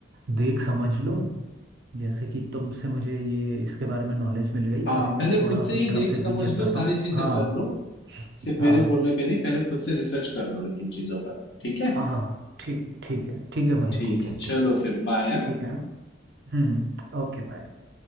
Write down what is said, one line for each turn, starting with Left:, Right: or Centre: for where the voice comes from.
Right: देख समझ लूँ जैसे कि तुमसे मुझे ये इसके बारे में नॉलेज मिल गई
Left: हाँ
Right: अभी मैं
Left: पहले खुद
Right: थोड़ा अपनी
Left: से ही
Right: तरफ
Left: देख
Right: से
Left: समझ
Right: भी चेक
Left: लो
Right: करता
Left: सारी
Right: हूँ
Left: चीजें
Right: हाँ
Left: कर लो सिर्फ मेरे
Right: हाँ
Left: बोलने पे नहीं पहले खुद से रिसर्च कर लो लेकिन चीजों का ठीक है
Right: हाँ ठीक ठीक है ठीक है भाई
Left: ठीक
Right: ठीक है
Left: है
Right: ठीक
Left: चलो
Right: है
Left: फिर बाय
Right: ठीक है हम्म हम्म, ओके